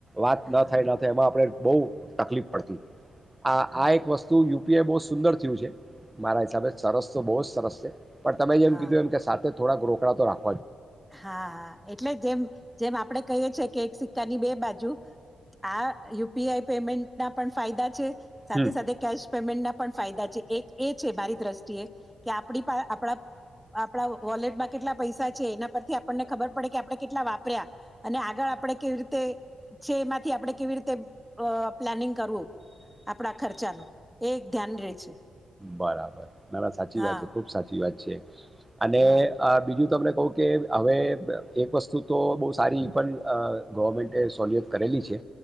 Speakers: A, on the right; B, in the centre.
A: વાત
B: હા
A: ના થાય ના થાય એમાં આપડે બહુ તકલીફ પડતી. આ
B: હા
A: એક વસ્તુ યુ તેયે બો સુંદર થયું છે મારા હિસાબે સરસ તો બો સરસ છે પણ તમે અયા
B: હા
A: એમ કીધું એમ કે સાથે થોડા રોકડા તો રાખ
B: હા હા એટલે જેમ જેમ આપડે કહી છીએ કે એક સિક્કાની બે બાજુ આ યુપીઆઈ પેમેન્ટના પણ ફાયદા છે સાથે
A: હમ
B: સાથે કેશ પેમેન્ટના પણ ફાયદા છે એક એ છે મારી દ્રષ્ટિએ કે આપડી પા આપણા આપણા વોલેટમાં કેટલા પૈસા છે એના પરથી આપણને ખબર પડે કે આપડે કેટલા વાપર્યા અને આગળ આપણે કેવી રીતે છે એમાંથી આપણે કેવી રીતે અ પ્લાનિંગ કરવું આપણા ખર્ચાનું એ એક ધ્યાન રે છે
A: બરાબર ના ના સાચી
B: હા
A: વાત છે ખુબ સાચી વાત છે. છે. અને
B: હા
A: અ બીજું તમને કહુ કે હવે એક વસ્તુ તો બહુ સારી એ પણ અ ગવર્મેન્ટે સોલિયત કરેલી છે